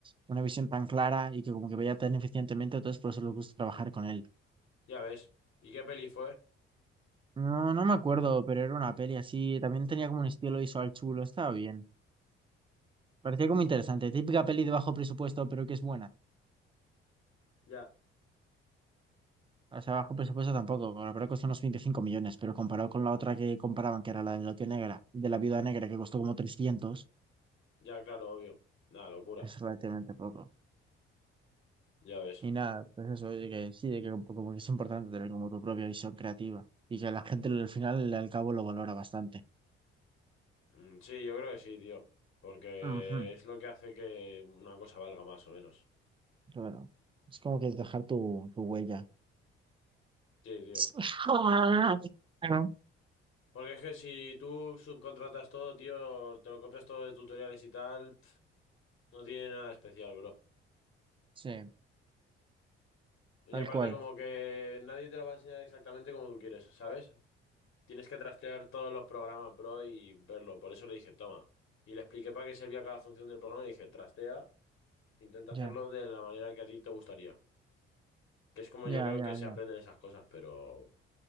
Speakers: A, on the right; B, on the left.
A: una visión tan clara y que como que vaya tan eficientemente, entonces por eso les gusta trabajar con él.
B: Ya ves. ¿Y qué peli fue?
A: No, no me acuerdo, pero era una peli así. También tenía como un estilo visual chulo, estaba bien. Parecía como interesante. Típica peli de bajo presupuesto, pero que es buena.
B: Ya.
A: O sea, bajo presupuesto tampoco. La verdad costó unos 25 millones, pero comparado con la otra que comparaban, que era la de la tía negra, de la viuda negra, que costó como trescientos
B: Ya, claro, obvio. Nada, locura.
A: es relativamente poco.
B: Ya ves.
A: Y nada, pues eso, de que sí, de que como como que es importante tener como tu propia visión creativa. Y que la gente al final, al cabo, lo valora bastante.
B: Mm, Sí, yo creo que sí, tío. Porque
A: Ujú,
B: es lo que hace que una cosa valga más o menos.
A: Claro. Es como que es dejar tu, tu huella.
B: Sí, tío.
A: <laughs>
B: Porque es que si tú subcontratas todo, tío, te lo copias todo de tutoriales y tal, pf, no tiene nada especial, bro.
A: Sí,
B: Y
A: tal
B: aparte
A: cual.
B: como que nadie te lo va a enseñar exactamente como tú quieres, ¿sabes? Tienes que trastear todos los programas, bro, y verlo. Por eso le dije, toma. Y le expliqué para qué servía cada función del programa y le dije, trastea, intenta
A: Ya,
B: hacerlo de la manera que a ti te gustaría. Que es como
A: ya,
B: yo creo
A: ya,
B: que se
A: ya.
B: aprenden esas cosas, pero...